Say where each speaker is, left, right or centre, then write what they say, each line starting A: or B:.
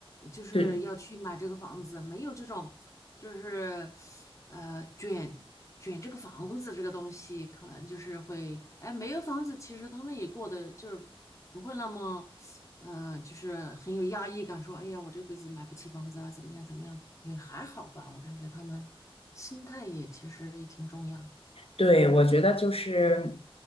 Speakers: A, on the left (about 30°); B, on the left (about 75°).
A: 就是要去买这个房子，
B: 对，
A: 没有这种就是呃卷卷这个房子这个东西，可能就是会哎没有房子，其实他们也过得就是不会那么，呃，就是很有压抑感，说，哎呀，我这辈子买不起房子啊，怎么样，怎么样，也还好吧。我感觉他们心态也其实也挺重要。
B: 对，我觉得就是